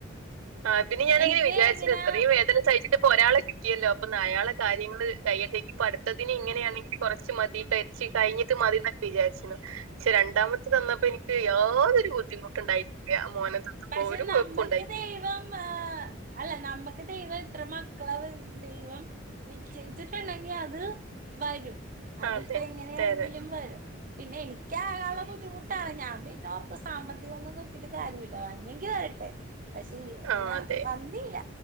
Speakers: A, on the right; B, on the right.
A: ആതിന് ഞാനങ്ങനെ
B: എനിക്ക്
A: വിചാരിച്ച്ണ്
B: ഇങ്ങനെ
A: ഇത്രയും വേ സഹിച്ചിട്ടിപ്പോ ഒരാളെ കിട്ടിയല്ലോ അപ്പൊ ന്ന് അയാളെ കാര്യങ്ങള് കയ്യട്ടേ ഞ്ഞിപ്പ അടുത്തതിന് ഇങ്ങനെയാണെങ്കില് കുറച്ച് മതിട്ട ച് കയ്ഞ്ഞിട്ട് മതിന്നക്കെ വിചാരിചീന്നു പക്ഷെ രണ്ടാമത്തെ തന്നപ്പോ എനിക്ക് യാതൊരു ബുദ്ധിമുട്ടുണ്ടായിട്ടില്ല്യ മോനെ തന്ന അപ്പൊ
B: പക്ഷെ
A: ഒരു കൊഴപ്പുണ്ടാ
B: നമ്മക്ക് ദൈവം ആ അല്ല നമ്മക്ക് ദൈവ എത്രമ കർത്താവ് ദൈവം നിശ്ചയിച്ചിട്ടുണ്ടെങ്കിൽ അത് വരും അതിപ്പോ
A: അതെ
B: എങ്ങനെയാണെങ്കിലും
A: അതെ അതെ
B: വരും പിന്നെ എനിക്ക് ആകള്ള
A: ഉം
B: ബുദ്ധിമുട്ട് ട്ടാണ് ഞൻപിന്നോർത്ത് സാമ്പത്തികൊന്നും നോക്കിട്ട് കാര്യമില്ല വന്നെങ്കി വരട്ടെ പക്ഷേ അങ്ങനെ
A: ആഹ് അതെ
B: വന്നില്ല